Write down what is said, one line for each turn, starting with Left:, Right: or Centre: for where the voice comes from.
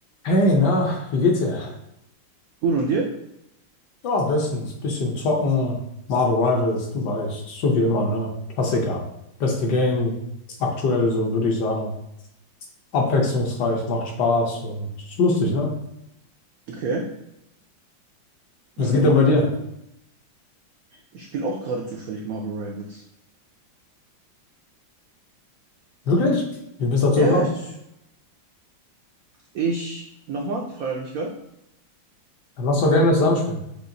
Left: Hey, na, wie geht's dir?
Right: Gut, und dir?
Left: Ja, bestens. Bisschen zocken, Marvel Rivals, du weißt, so wie immer, ne? Klassiker. Beste Game, aktuell so, würde ich sagen. Abwechslungsreich, macht Spaß und ist lustig, ne?
Right: Okay.
Left: Was
Right: Mm,
Left: geht denn bei dir?
Right: Ich spiele auch gerade zufällig Marvel Rivals.
Left: Wirklich? Wie bist du dazu
Right: Ja,
Left: gekommen?
Right: ich, ich nochmal, die Frage habe ich nicht gehört.
Left: Dann lass doch gerne zusammenspielen.